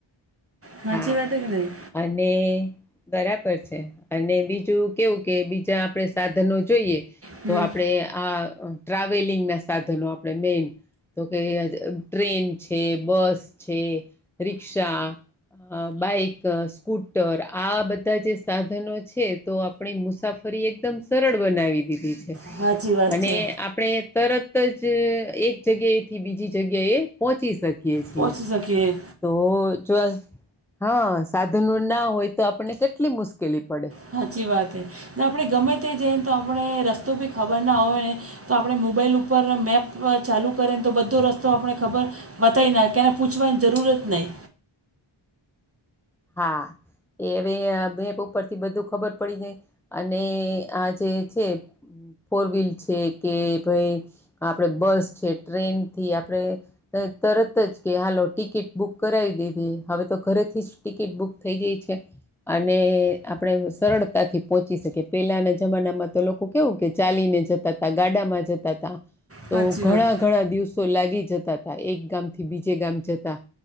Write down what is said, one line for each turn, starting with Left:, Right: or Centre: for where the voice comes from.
Right: સાચી
Centre: હા.
Right: વાત કે નહી?
Centre: અને તે બરાબર છે અને બીજું કેવું કે બીજા આપણે સાધનો જોઈએ
Right: હમ
Centre: તો આપણે આ ટ્રાવેલિંગ ના સાધનો આપણે મેઈન. તો કે ટ્રેન છે, બસ છે, રિક્ષા. અ બાઈક, સ્કૂટ ટર આ બધા જે સાધનો છે તો આપણી મુસાફરી એકદમ સરળ બનાવી દીધી છે.
Right: સાચી વાત
Centre: અને
Right: છે
Centre: આપણે તરત જ એક જગ્યાએ થી બીજી જગ્યાએ પહોચી સકીએ છીએ.
Right: પહોંચી શકીએ.
Centre: તો જો હા સાધનું ના હોય તો આપણને કેટલી મુશ્કેલી પડે.
Right: સાચી વાત હે. ને આપણે ગમે તે જઈને તો આપણે રસ્તો બી ખબર ના હોય ને તો આપણે મોબાઈલ ઉપર મેપ ચાલુ કરેને તો બધો રસ્તો આપણે ખબર બતાઈનાક કેને પૂછવાની જરૂર જ નહીં.
Centre: હા, એવી હવે બેપ ઉપર થી બધું ખબર પડી જાય. અને આ જે છે ફોર વ્હીલ છે કે ભાઈ આપડે બસ છે, ટ્રેન ઈ આપડે તરત જ કે હાલો ટિકિટ બુક કરાવી દીધી, હવે તો ઘરેથી જ ટિકિટ બુક થઈ ગઈ છે. અને આપણેે સરળતા થી પહોંચી શકીએ પેલાના જમાનામાં તો લોકો કેવું કે ચાલીને જતા તા, ગાડામાં જતા તા. તો
Right: સાચી
Centre: ઘણા
Right: વાત
Centre: ઘણા દિવસો લાગી જતા હતા, એક ગામથી બીજે ગામ જતા.